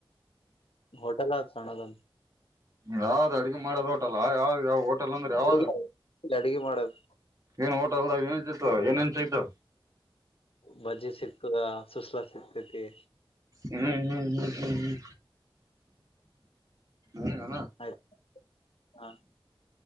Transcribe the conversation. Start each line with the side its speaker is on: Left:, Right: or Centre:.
Left: ಹೋಟೆಲ್ ಆ ಸಣಾದನ್
Right: ಯಾವ್ದ್ ಅಡಗೆ ಮಾಡೋದು ಹೋಟಲ್ ಯಾವ್ದ ಯಾವ ಹೋಟೆಲ್ ಅಂದ್ರೆ ಯಾವ್ದ
Left: ಅಡ ಅಡಗೆ ಮಾಡಕ್
Right: ಏನ್ ಹೋಟಲ್ದ ಏನ್ ಸಿತತ್ತು ಏನ ನ್ ಸಿೈತು
Left: ಬಜ್ಜಿ ಸಿಗ್ತದ ಸುಸ್ಲಾ ಸಿಗ್ತತಿ
Right: ಹ್ಮ್ ಹ್ಮ್ ಹ್ಮ್ ಹ್ಮ್ ಹ್ಮ್ ನೀಏನಣ
Left: ಆಯ್ತು ಹಾ